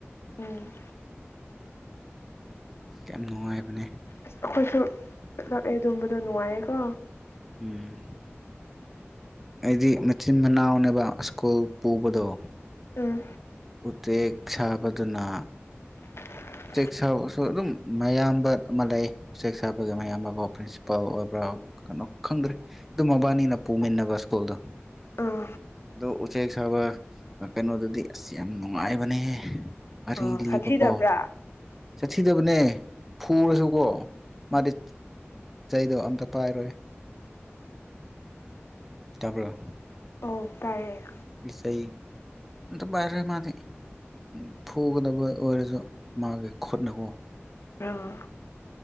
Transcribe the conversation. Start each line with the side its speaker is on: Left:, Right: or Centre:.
Left: ꯎꯝ
Centre: ꯑ ꯌꯥꯝ ꯅꯨꯡꯉꯥꯏꯕꯅꯦ
Left: ꯑꯁ ꯑꯩꯈꯣꯏꯁꯨ ꯆꯠꯂꯛꯑꯦ ꯑꯗꯨꯝꯕꯗꯣ ꯅꯨꯡꯉꯥꯏꯌꯦꯀꯣ
Centre: ꯎꯝ ꯑꯩꯗꯤ ꯃꯆꯤꯟ ꯃꯅꯥꯎꯅꯦꯕ ꯁ꯭ꯀꯨꯜ ꯄꯨꯕꯗꯣ
Left: ꯎꯝ
Centre: ꯎꯆꯦꯛ ꯁꯥꯕꯗꯨꯅ
Left: ꯎꯝ
Centre: ꯎꯆꯦꯛ ꯁꯥꯕꯁꯨ ꯑꯗꯨꯝ ꯃꯌꯥꯝꯕ ꯑꯃ ꯂꯩ ꯎꯆꯦꯛ ꯁꯥꯕꯒꯤ ꯃꯌꯥꯝꯕꯀꯣ ꯄ꯭ꯔꯤꯟꯁꯤꯄꯥꯜ ꯑꯣꯏꯕ꯭ꯔꯥ ꯀꯩꯅꯣ ꯈꯪꯗ꯭ꯔꯦ ꯑꯗꯨ ꯃꯕꯥꯅꯤꯅ ꯄꯨꯃꯤꯟꯅꯕ ꯁ꯭ꯀꯨꯜꯗꯣ
Left: ꯑ
Centre: ꯑꯗꯣ ꯎꯆꯦꯛ ꯁꯥꯕ ꯀꯩꯅꯣꯗꯗꯤ ꯑꯁ ꯌꯥꯝ ꯅꯨꯡꯉꯥꯏꯕꯅꯦ ꯋꯥꯔꯤ
Left: ꯑꯥ
Centre: ꯂꯤꯕꯀꯣ
Left: ꯁꯥꯊꯤꯗꯕ꯭ꯔꯥ
Centre: ꯆꯠꯊꯤꯗꯕꯅꯦ ꯐꯨꯔꯁꯨꯀꯣ ꯃꯥꯗꯤ ꯗꯣ ꯑꯝꯇ ꯄꯥꯏꯔꯣꯏ ꯇꯥꯄꯔ
Left: ꯑꯧ ꯇꯥꯏꯌꯦ
Centre: ꯁ ꯑꯇ ꯄꯔ ꯃꯥꯗꯤ ꯎ ꯐꯨꯒꯗꯕ ꯑꯣꯏꯔꯁꯨ ꯃꯥꯒꯤ ꯈꯨꯠꯅꯀꯣ
Left: ꯑꯥ